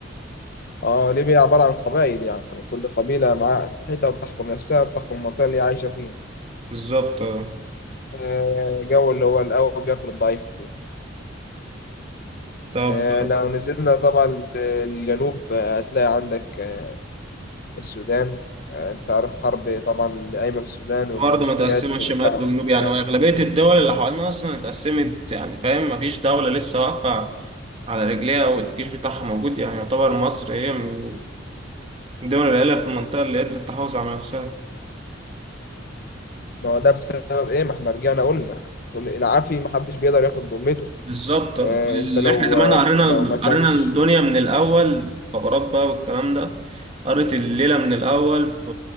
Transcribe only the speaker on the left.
اه ليبيا عبارة عن قبائل يعني كل قبيلة معاها أسلحتها وبتحكم نفسها وبتحكم المنطقة اللي هي عايشة فيها
آه، جو اللي هو القوي بياكل الضعيف وكده
آه، لو نزلنا طبعا للجنوب آه، هتلاقي عندك آه، السودان آه، انت عارف حرب طبعا اللي قايمة في السودان والميليشيات
والدعم
السريع
ما هو ده بسبب ايه ما احنا رجعنا قلنا كل- العافي ما حدش بيقدر ياخد ذمته
آه، انت لو
آه،
لو ما كانش